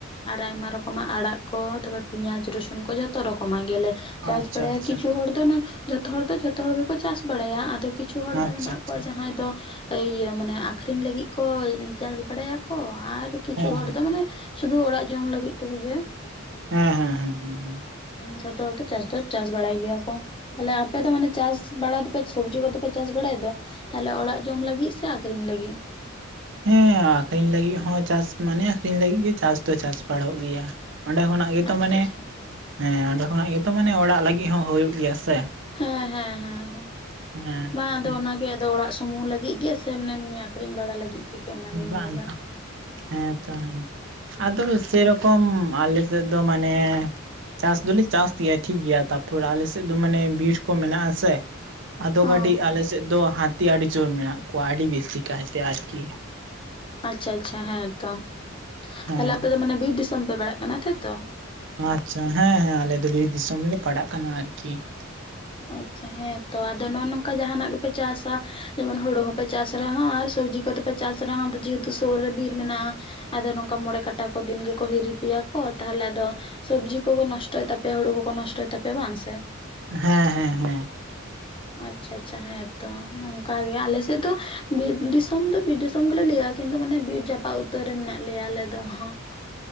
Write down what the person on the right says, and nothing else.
ᱟᱪᱪᱷᱟ
ᱟᱪᱪᱷᱟ
ᱟᱪᱪᱷᱟ
ᱟᱪᱪᱷᱟ
ᱦᱮᱸ
ᱦᱮᱸ ᱦᱮᱸ ᱦᱮᱸ ᱦᱮᱸ ᱦᱮᱸ
ᱦᱮᱸ ᱟᱠᱷᱨᱤᱧ ᱞᱟᱹᱜᱤᱫ ᱦᱚᱸ ᱪᱟᱥ ᱢᱟᱱᱮ ᱟᱠᱷᱨᱤᱧ ᱞᱟᱹᱜᱤᱫ ᱜᱮ ᱪᱟᱥ ᱫᱚ ᱪᱟᱥ ᱵᱟᱲᱚᱜ ᱜᱮᱭᱟ ᱾ ᱚᱸᱰᱮ ᱠᱷᱚᱱᱟᱜ ᱜᱮᱛᱚ
ᱢᱟᱱᱮ
ᱦᱮᱸ ᱚᱸᱰᱮ ᱠᱷᱚᱱᱟᱜ ᱜᱮᱛᱚ ᱢᱟᱱᱮ ᱚᱲᱟᱜ ᱞᱟᱹᱜᱤᱫ ᱦᱚᱸ ᱦᱩᱭᱩᱜ ᱜᱮᱭᱟ ᱥᱮ
ᱦᱮᱸ
ᱵᱟᱝ
ᱵᱟᱝ ᱦᱮᱸᱛᱚ ᱦᱮᱸ ᱟᱫᱚ ᱥᱮᱨᱮᱠᱚᱢ ᱟᱞᱮ ᱥᱮᱫ ᱫᱚ ᱢᱟᱱᱮ ᱪᱟᱥ ᱫᱚᱞᱮ ᱪᱟᱥ ᱜᱮᱭᱟ ᱴᱷᱤᱠ ᱜᱮᱭᱟ ᱛᱟᱯᱚᱨ ᱟᱞᱮᱥᱮᱫ ᱫᱚ ᱢᱟᱱᱮ ᱵᱤᱨ ᱠᱚ ᱢᱮᱱᱟᱜᱼᱟ ᱥᱮ ᱟᱫᱚ
ᱠᱟᱹᱴᱤᱡ ᱟᱞᱮ ᱥᱮᱫ ᱫᱚ ᱦᱟᱹᱛᱤ ᱟᱹᱰᱤ ᱡᱩᱨ ᱢᱮᱱᱟᱜ ᱠᱚᱣᱟ ᱟᱹᱰᱤ ᱵᱮᱥᱤ ᱠᱟᱭᱛᱮ ᱟᱨᱠᱤ ᱾
ᱦᱮᱸ
ᱟᱪᱪᱷᱟ ᱦᱮᱸ ᱦᱮᱸ ᱟᱞᱮ ᱫᱚ ᱵᱤᱨ ᱫᱤᱥᱚᱢᱞᱮ ᱯᱟᱲᱟᱜ ᱠᱟᱱᱟ ᱟᱨᱠᱤ ᱾
ᱦᱮᱸ ᱦᱮᱸ ᱦᱮᱸ ᱾